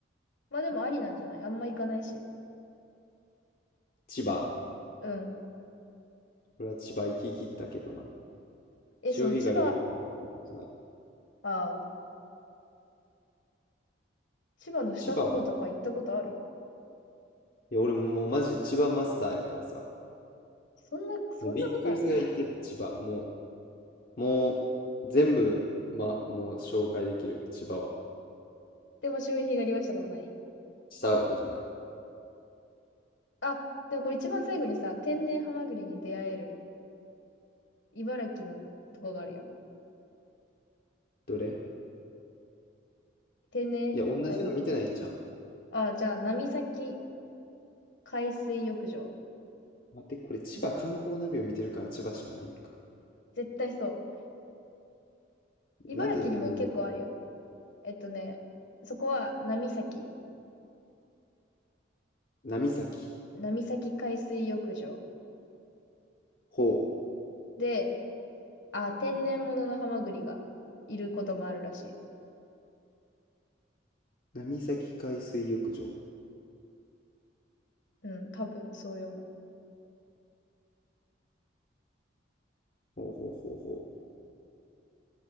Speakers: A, on the left (about 70°); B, on the left (about 50°).
A: まあでもありなんじゃないあんま行かないし。
B: 千葉。
A: うん。
B: 俺は千葉行き切ったけどな。
A: え、
B: 潮干狩りは行きな。
A: その千葉、ああ、千葉の下の方とか行ったことある
B: 千葉を。いや、俺もうマジ千葉マスターやからさ。
A: そんな、そんなことある
B: もうびっくりするが行ってる、千葉。もう、もう、全部、ま、もう紹介できる、千葉は。
A: でも潮干狩りはしたことない。
B: したことない。
A: あ、でもこれ一番最後にさ、天然ハマグリに出会える茨城のとこがあるやん。
B: どれ
A: 天然、
B: いや、同じの見てないんじゃん。
A: あ、えっとあ、じゃあ、波崎海水浴場。
B: 待って、これ千葉観光ナビを見てるから千葉しかないんか。
A: 絶対そう。茨城にも結構あるよ。
B: なんで、グーグル
A: えっとね、そこは波崎、
B: 波崎。
A: 波崎海水浴場
B: ほう。
A: で、あ、天然物のハマグリがいることもあるらしい。
B: 波崎海水浴場。
A: うん、多分そう読む。
B: ほうほうほうほ